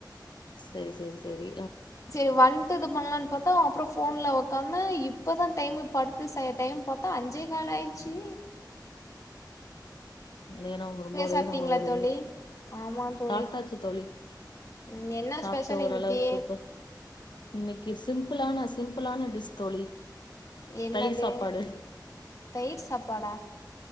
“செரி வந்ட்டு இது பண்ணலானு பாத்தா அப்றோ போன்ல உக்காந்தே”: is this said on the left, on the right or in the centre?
Left